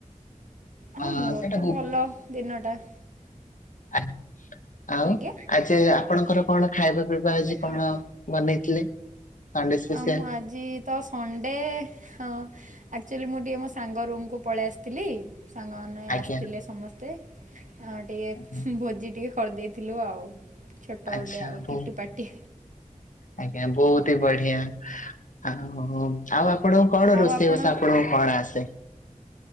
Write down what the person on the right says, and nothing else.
ହଁ
ମୋର
ତ ଭଲ ଦିନ ଟା।
ଆଜ୍ଞା।
ଆ-
ଆଉ ମୁ ଆଜି ତ ସଣ୍ଡେ ହଁ। ଆକଚ ମୁଁ ଟିକେ ମୋ ସାଙ୍ଗ ରୁମ୍ କୁ ପଳେଇ ଆସିଥିଲି ସାଙ୍ଗମାନ ନାଇଁ
ଆସିଥିଲେ ସମସ୍ତେ ଆଉ ଟିକେ
ଭୋଜି ଟିକେ କରିଦେଇଥିଲୁ ଆଉ। ଛୋଟ
ଗୋଟେ ଆଉ
କିଟି ପାଟିି।
ଆଉ
ଆପଣ